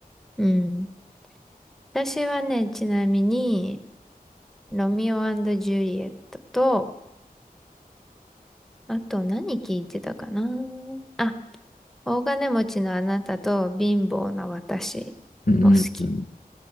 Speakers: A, in the centre; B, on the left.
A: うん。私はね、ちなみに、ロミオジュリエットと、あと何聞いてたかなあ、大金持ちのあなたと貧乏な私も好き。
B: うん、うん、